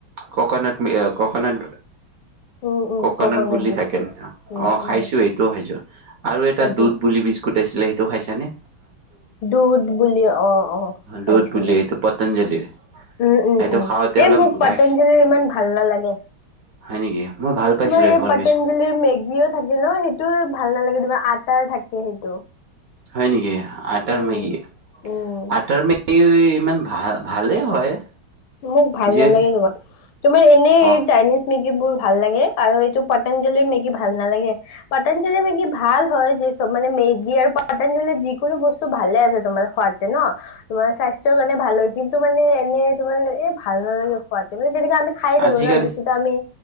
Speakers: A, on the right; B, on the left.
A: ককনাট ককনাট
B: <unintelligible>
A: ককনাট বুলি
B: বিস্কুট
A: থাকে ন
B: উম
A: অ
B: উম
A: খাইছো এইটোও খাইছো আৰু এটা
B: সেইটো
A: দুধ বুলি বিস্কুট আছে। লে সেইটো খাইছা নে।
B: দুধ বুলি অ অ খাইছিলো।
A: দুধ বুলি এইটো পতঞ্জলিৰ
B: উম উম‌
A: এইটো
B: উম
A: খাওঁতে
B: এই
A: অলপ
B: মোক পতঞ্জলিৰ
A: গাখীৰ
B: ইমান ভাল নালাগে।
A: হয় নেকি মই ভাল পাইছিলো
B: তোমাৰ
A: সেইখন
B: এই পতঞ্জলিৰ
A: বিস্কুট
B: মেগিও থাকে ন সেইটো ভাল নালাগে তোমাৰ আটাৰ থাকে সেইটো।
A: হয় নেকি। আটাৰ
B: উম,
A: মেগী-আটাৰ
B: উম,
A: মগী এই ইমান ভাল ভালেই হয়।
B: মোক ভাল
A: যিহেতু
B: নালাগে কিবা, তোমাৰ এনেই
A: অ
B: চাইনিজ মেগী বোৰ ভাল লাগে আৰু এইটো পতঞ্জলিৰ মেগী ভাল নালাগে, পতঞ্জলিৰ মেগী ভাল হয় যে মানে মেগী আৰু পতাঞ্জলিৰ যিকোনো বস্তু ভালে আছে তোমাৰ খোৱাতে ন' তোমাৰ স্বাস্থ্যৰ কাৰণে ভাল হয় কিন্তু মানে এনেই তোমাৰ এই ভাল নালাগে খোৱাতে মানে তেনেকে আমি খাই থাকো
A: আজিকালি
B: ন' বেছিতো আমি